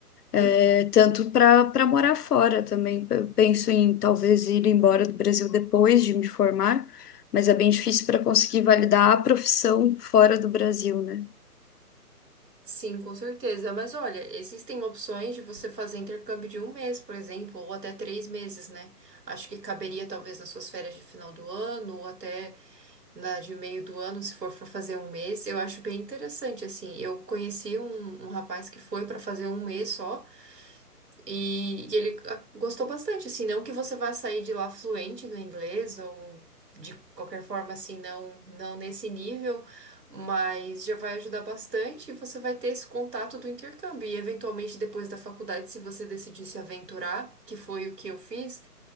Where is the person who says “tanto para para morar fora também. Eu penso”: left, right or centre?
Left